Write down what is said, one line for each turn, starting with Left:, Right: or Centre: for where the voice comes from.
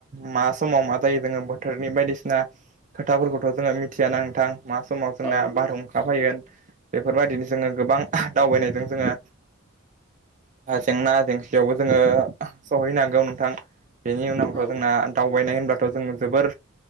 Right: मा समाव मा जायो जोंङो बोथोरनि बायदिसिना खोथाफोरखौथ' जोंङो मिथियाना नोंथां मा समाव जोंना
Centre: औ नंगौ
Right: बारहुंखा फैगोन बेफोरबायदिनो जोंङो गोबां दावबायनायजों जोंङो जेंना जेंसियावबो जोंङो सहैनो हागौ नोंथां बेनि उनावथ'
Centre: औ
Right: जोंना दावबायनाय होनब्लाथ' जों जोबोर